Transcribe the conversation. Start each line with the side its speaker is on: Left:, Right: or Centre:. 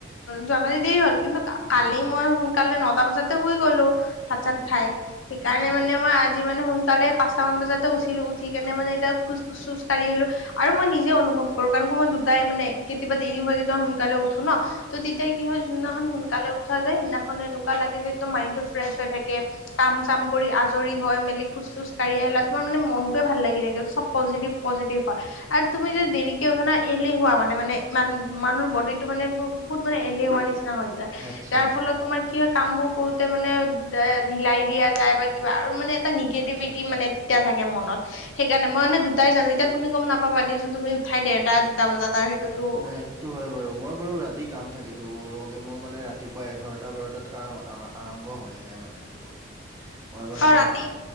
Left: যোৱাকালি দেৰি হল কিন্তু কালি
Right: দেৰি হ'ল
Left: মই
Right: অ',
Left: সোন কালে নটা বজাতে শুই গলো ভাত
Right: উম,
Left: চাত
Right: উম,
Left: খাই সেইকাৰণে
Right: আচ্ছা,
Left: মানে মই আ আজি মানে সোনকালে পাঁচটামান বজাতে উঠিলো উঠি কেনে মানে এতিয়া খোজ খোজকাঢ়ি আহিলোঁ আৰু মই নিজে অনুভৱ কৰো কাৰণ ক মই দুটাই মানে কেতিয়াবা দেৰি হৈ কেতিয়াবা সোনকালে উঠো ন ত' তেতিয়া কি হয় যোনদিনাখন সোনকালে উঠোৱা যায় সেইদিনাখন এনেকুৱা লাগে যে একদম মাইণ্ডটো ফ্ৰেছ হৈ থাকে কাম চাম কৰি আজৰি হয় মেলি খোজ চোজ কঢ়ি আহিলা তোমাৰ মানে মনটোয়ে ভাল লাগি থাকে চব পজিটিভ পজিটিভ হয় আৰু তুমি যে দেৰিকে উঠা না এলেহুৱা মানে মানে মান মানুৰ বডীটো মানে বহুত মানে এলেহুৱা নিচিনা হৈ যায়
Right: আচ্ছা,
Left: যাৰ ফলত তোমাৰ কি হয় কামবোৰ কৰোঁতে মানে ঢিলাই দিয়া যায় বা কিবা আৰু মানে এটা নিগেটিভিটি
Right: আচ্ছা, আচ্ছা।
Left: মানে তেতিয়া থাকে মনত সেইকাৰণে মই দুটাই জানো এতিয়া তুমি গম নাপাবা দিয়াচোন তুমি উঠাই দেৰটা দুটা বজাত আৰু সেইটোতো
Right: নাই সেইটো হয় বাৰু মই বাৰু ৰাতি কাম থাকেতো ক'ব গ'লে মোৰ মানে ৰাতিপুৱাই এঘাৰটা বাৰটাত কাম আৰম্ভ হয়হে মানে ক'ব গ'লে মই মানে
Left: অ ৰাতি